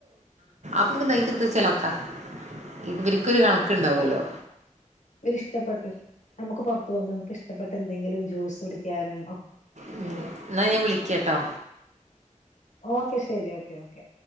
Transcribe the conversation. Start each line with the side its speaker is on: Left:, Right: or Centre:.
Right: <unintelligible> ക്ക, ഇവരിക്കൊരു കണക്കുണ്ടാവല്ലോ.
Left: ഒരു, ഇഷ്ടപ്പെട്ട് നമുക്ക് പുറത്തുപോകുബോ, നമുക്ക് ഇഷ്ടപ്പെട്ട, എന്തെങ്കിലും ജ്യൂസ് കുടിക്യാനും.
Right: ഉം, എന്നാ ഞൻ വിളിക്കട്ടോ.
Left: ഓക്കെ ശെരി, ഓക്കെ, ഓക്കെ